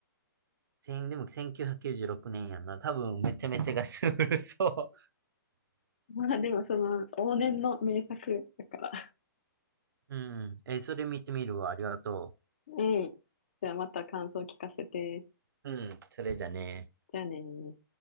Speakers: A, on the right; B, on the left.
A: 千でも1996年やんな。多分、めちゃめちゃガスうるそ
B: まあでも、その、往年の名作だから。
A: う。うん。えーそれ見てみるわ。ありがと
B: うん。<laughs> じゃあまた感想聞かせて。
A: う。うん、それじゃね。
B: じゃあねー